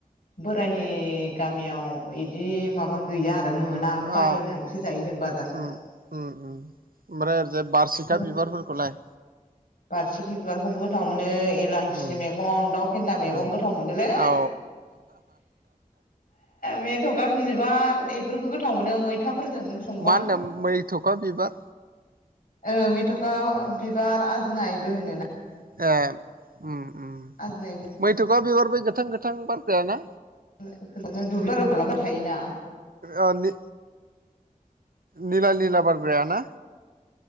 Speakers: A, on the left; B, on the right.
A: बोराइनि गा गामियाव बिदि माबा गैया आरो आरो मोना बायनानैसो
B: औ
A: जायो जों बाजारफ्राव
B: उम उम उम ओमफ्राय ओरैजाय बारसिखा
A: गोथाव
B: बिबारफोरखौलाय
A: बारसिखि बिबारखौबो गोथाव मोनो। एलांसि
B: उम
A: मैगं दाउ फेन्दा मैगं
B: उम
A: गोथाव मोनोलै।
B: औ
A: मेथखा बिबार बेफोरखौ गोथाव मोनो मैथाफोरजों संबा
B: मा होनदों मैथ'खा बिबार
A: ओ मेथ'खा बिबार आजिनायबो होनोना
B: ए। उम
A: आजोनाय।
B: <unintelligible> गोथां गोथां बारग्रायाना।
A: <unintelligible> थायोना?
B: अ नि निला निला बारग्रायाना?